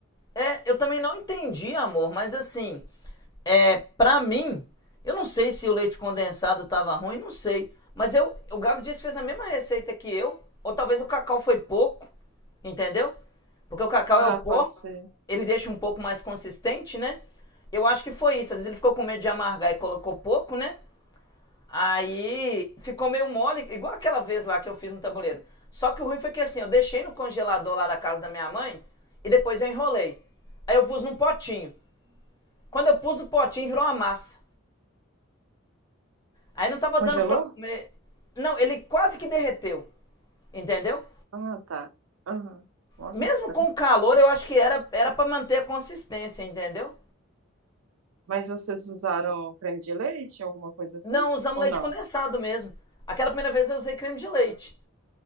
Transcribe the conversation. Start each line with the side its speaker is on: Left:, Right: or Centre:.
Left: É, eu também não entendi, amor, mas assim, é, pra mim, eu não sei se o leite condensado tava ruim, não sei. Mas eu, o Gabi disse que fez a mesma receita que eu, ou talvez o cacau foi pouco, entendeu? Porque o cacau
Right: Ah,
Left: é o pó,
Right: pode ser.
Left: ele deixa um pouco mais consistente, né? Eu acho que foi isso. Às vezes ele ficou com medo de amargar e colocou pouco, né? Aí ficou meio mole, igual aquela vez lá que eu fiz no tabuleiro. Só que o ruim foi que assim, eu deixei no congelador lá da casa da minha mãe e depois eu enrolei. Aí eu pus num potinho. Quando eu pus no potinho, virou uma massa. Aí não tava
Right: Congelou?
Left: dando pra comer. Não, ele quase que derreteu. Entendeu?
Right: Ah, tá. Aham. Ó,
Left: Mesmo
Right: que estranho.
Left: com o calor, eu acho que era era para manter a consistência, entendeu?
Right: Mas vocês usaram creme de leite, alguma coisa assim?
Left: Não, usamos
Right: Ou
Left: leite
Right: não?
Left: condensado mesmo. Aquela primeira vez eu usei creme de leite.